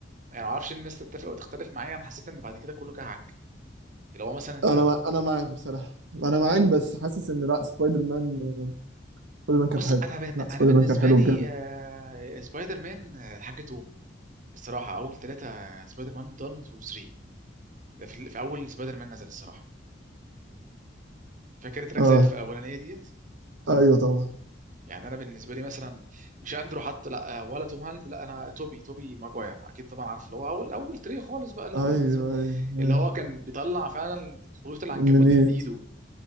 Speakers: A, on the right; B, on the right.
A: يعني ما اعرفش الناس تتفق وتختلف معايا انا حسيت ان بعد كده كله كهك اللي هو مثلا انت
B: انا
A: كنت
B: مع... انا معاك بصراحه انا معاك بس حاسس ان لا سبايدر مان سبايدر مان كان
A: بص
B: حلو
A: انا بن...
B: لا
A: انا
B: سبايدر
A: بالنسبه
B: مان كان حلو
A: لي
B: بجد
A: آه، سبايدر مان آه، الحاج توم الصراحه اول ثلاثه سبايدر مان 1 و 3 ده في... ال- في اول سبايدر مان نزل الصراحه فاكر التلات
B: اه
A: اجزاء الف- الاولانيه ديت
B: ايوه طبعا
A: يعني انا بالنسبه لي مثلا مش اندرو حتى لا ولا توم هولاند لا انا توبي توبي ماجواير اكيد طبعا عارف اللي هو اول اول تري خالص بقى اللي
B: ايوه
A: هو الز-
B: ايوه, أيوة.
A: اللي هو كان بيطلع فعلا خيوط العنكبوت
B: من ايد
A: من ايده